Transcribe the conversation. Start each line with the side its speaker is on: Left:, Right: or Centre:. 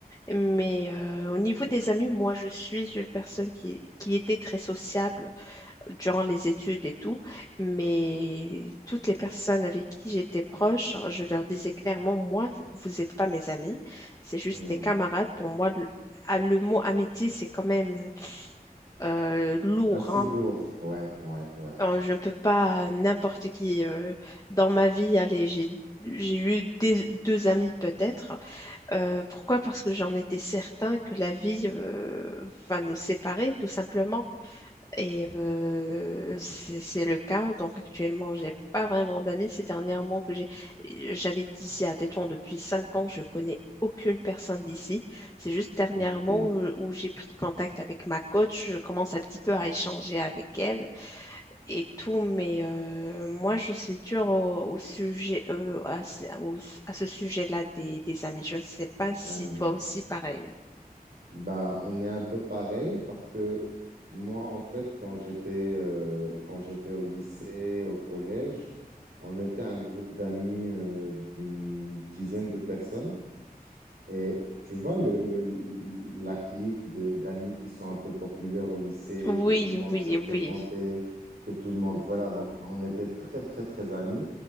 Left: Mais euh, au niveau des amis, moi, je suis une personne qui, qui était très sociable durant les études et tout, mais toutes les personnes avec qui j'étais proche, je leur disais clairement, moi, vous n'êtes pas mes amis, c'est juste
Right: Hmm.
Left: des camarades. Pour moi, le, ah, le mot amitié, c'est quand même euh, lourd,
Right: Assez
Left: hein.
Right: lourd, ouais, ouais, ouais.
Left: Alors, je ne peux pas n'importe qui euh, dans ma vie, allez, j'ai j'ai eu des- deux amis peut-être. Euh, pourquoi? Parce que j'en étais certain que la vie euh, va nous séparer, tout simplement. Et euh, c'est c'est le cas. Donc actuellement, j'ai pas vraiment d'amis. Ces dernièrement que j'ai, j'habite ici à Tétouan depuis cinq ans. Je connais aucune personne d'ici. C'est juste dernièrement
Right: Ok, les
Left: euh, où j'ai pris contact avec ma coach. Je commence un petit peu à échanger avec elle et tout. Mais euh, moi, je suis dure au, au sujet, euh, à, ce au- à ce sujet-là des, des amis. Je ne sais pas si
Right: amis.
Left: toi aussi pareil.
Right: Bah, on est un peu pareil parce que moi, en fait, quand j'étais euh, quand j'étais au lycée, au collège, on était un groupe d'amis euh, d'une dizaine de personnes. Et tu vois, le, le- le- la clique de- d'amis qui sont un peu populaires au lycée,
Left: Oui,
Right: que tout le monde
Left: oui,
Right: veut fréquenter,
Left: oui.
Right: que tout le monde, voilà. Donc, on était très, très, très amis.